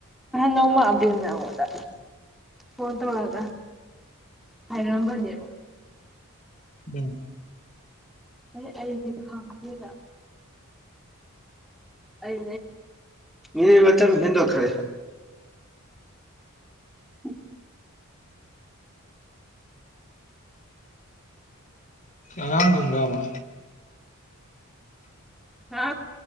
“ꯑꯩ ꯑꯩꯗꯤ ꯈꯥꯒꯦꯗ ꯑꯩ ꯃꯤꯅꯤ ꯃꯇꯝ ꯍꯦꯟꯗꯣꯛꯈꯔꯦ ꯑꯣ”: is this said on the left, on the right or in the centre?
Centre